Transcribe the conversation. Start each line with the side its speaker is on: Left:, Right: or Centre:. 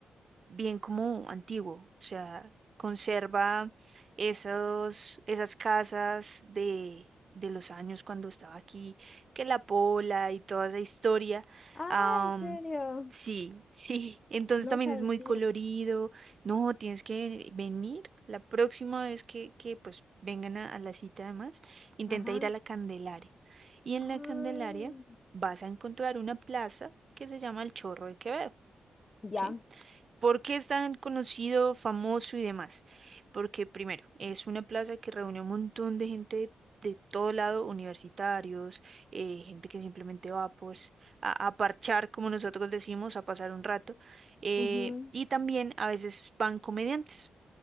Right: bien como antiguo, o sea, conserva esos, esas casas de, de los años cuando estaba aquí, que la pola y toda esa historia.
Left: Ah,
Right: am,
Left: ¿en serio?
Right: sí, <laughs> sí, entonces
Left: No
Right: también
Left: sabía.
Right: es muy colorido. No, tienes que venir la próxima vez que, que pues vengan a, a la cita además, intenta
Left: Ajá.
Right: ir a la Candelaria. Y en
Left: Ah,
Right: la Candelaria vas a encontrar una plaza que se llama el Chorro de Quevedo.
Left: ya.
Right: ¿sí? ¿Por qué es tan conocido, famoso y demás? Porque primero, es una plaza que reúne un montón de gente de todo lado, universitarios, eh, gente que simplemente va pues a, a parchar, como nosotros decimos, a pasar un rato. eh,
Left: Ujú.
Right: y también a veces van comediantes,